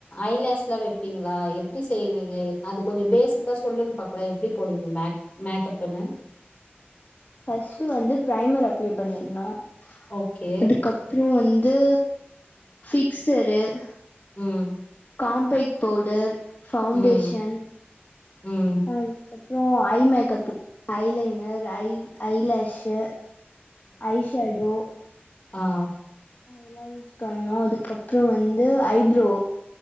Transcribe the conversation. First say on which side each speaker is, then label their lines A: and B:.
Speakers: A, on the left; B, on the left.
A: ஐலாஷ்ல்லா வைப்பீங்களா எப்படி செய்வீங்க அது கொஞ்சோ பேசிக்கா சொல்லுங்கு பாக்கலா எப்படி போடுவீங்க மேக் மேக்கப்ன்னு
B: ஃபர்ஸ்ட் வந்து பிரைமர் அப்ளை பண்ணிக்கணும்
A: ஓகே.
B: அதுக்கப்றோ வந் ட்டு ஃபிக்சரு <unintelligible>
A: உம்
B: காம்பேக்ட் பவுடர் ஃபௌவுண்டேஷன்
A: ம். ம்.
B: அஹ அப்புறோ eye makeup eyeliner eye eyelash eye shadow
A: ஆஹ்
B: அதெல்லா யூஸ் பண்ணோம் அதுக்கப்றோ வந்து ஐப்ரோ